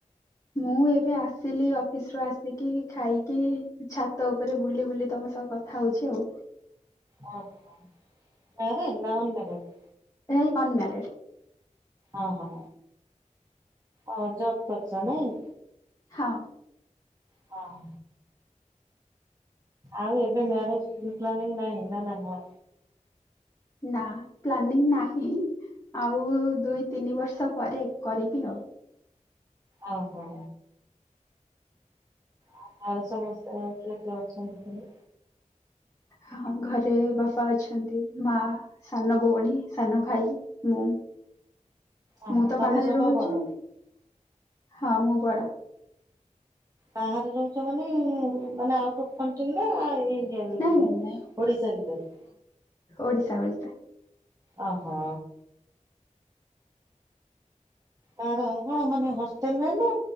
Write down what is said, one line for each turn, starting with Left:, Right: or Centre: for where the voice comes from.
Left: ମୁଁ ଏବେ ଆସିଲି ଅଫିସ ରୁ ଆସିକି ଖାଇକି ଛାତ ଉପରେ ବୁଲି ବୁଲି ତମ ସବୁ କଥା ଖାଉଛି ଆଉ
Right: ଓ ହୋ ହ ଆରେନାରେ <unintelligible>
Left: ଏଇ ଅନମ୍ୟାରିଡ଼୍
Right: ଓ ହୋ ଆଉ ଜବ କରଛ ନାଇଁ
Left: ହଁ
Right: ହଁ ଆଉ ଏବେ ମ୍ୟରେଜ ଫ୍ଲି ପ୍ଲାନିଙ୍ଗ ନାହିଁ ନା ନା କଣ
Left: ନା ପ୍ଲାନିଂ ନାହିଁ ଆଉ ଦୁଇ ତିନି ବର୍ଷ ପରେ କରିବି ଆଉ
Right: ଓହୋ ଆଉ ଘରେ ସମସ୍ତେ କିଏ କିଏ ଅଛନ୍ତି ସବୁ?
Left: ହଁ ଘରେ ବାପା ଅଛନ୍ତି ମା ସାନ ଭଉଣୀ ସାନ ଭାଇ ମୁଁ
Right: ଓହୋ
Left: ମୁଁ ତ
Right: ତମେ
Left: ବାହାରେ
Right: ସବା
Left: ରହୁଛି
Right: ବଡ?
Left: ହଁ ମୁଁ ବଡ
Right: ବାହାରେ ରହୁଛ ମାନେ ମାନେ ଆଉଟ କନଟ୍ରୀ ନା ଆଉ ଏଇ ଓ ଭିତରେ
Left: ନାଇଁ ନାଇଁ
Right: ଓଡିଶା ଭିତରେ
Left: ଓଡ଼ିଶା ଓଡ଼ିଶା
Right: ଆହୋ। ଆରେ ଆରେ କଣ ମାନେ ହଷ୍ଟେଲରେ ନା